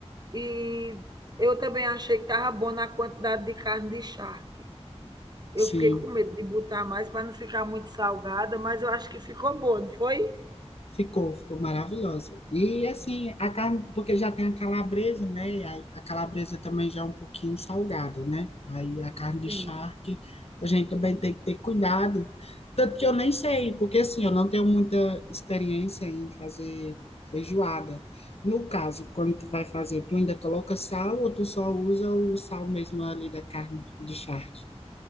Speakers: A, on the right; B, on the left.
A: E eu também achei que estava bom na quantidade de carne de charque. Eu
B: Sim,
A: fiquei com medo de botar mais para não ficar muito salgada, mas eu acho que ficou boa, não foi?
B: Ficou, ficou maravilhosa. E assim, a carne, porque já tem a calabresa, né? E aí a calabresa também já é um pouquinho salgada, né? Aí a carne de
A: Sim.
B: charque, a gente também tem que ter cuidado. Tanto que eu nem sei, porque assim, eu não tenho muita experiência em fazer feijoada. No caso, quando tu vai fazer, tu ainda coloca sal ou tu só usa o sal mesmo ali da carne de charque?